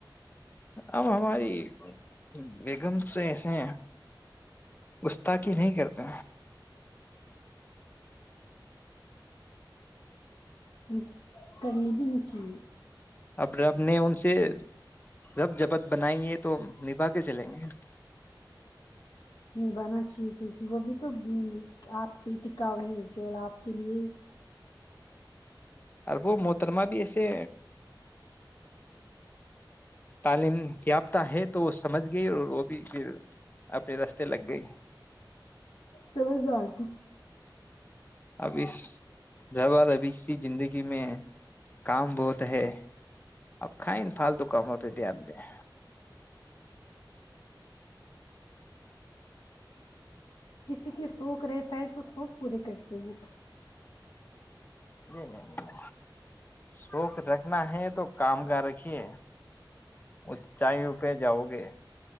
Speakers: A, on the left (about 25°); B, on the left (about 70°).
A: اب ہماری بیگم سے ایسے ہیں گستاقی نہیں کرتے
B: <inaudible> کرنی بھی نچی
A: اب رب نے ان سے رب جبت بنائی ہے تو نبھا کے چلیں گے
B: نبھانا چاہیے کیونکہ وہ بھی تو آپ پیتکا ہو ہے توٹول آپ کے لیے <inaudible>
A: اورر وہ محترمہ بھی ایسے تعلیم یافتہ ہے تو وہ سمجھ گئی اور وہ بھی پھر اپنے رستے لگ گئی
B: سمجھدار تھی
A: اب اس زال ابھی کی زندگی میں کام بہت ہے اب کھائیں پالتو کاموں پہ دھیان دیں
B: کسی کے شوق رہتا ہے تو شوق پورے کرتے ہیں
A: جی نہیں نہیں شوق رکھنا ہے تو تو کام کر رکھیے اونچائی رو پہ جاؤ گے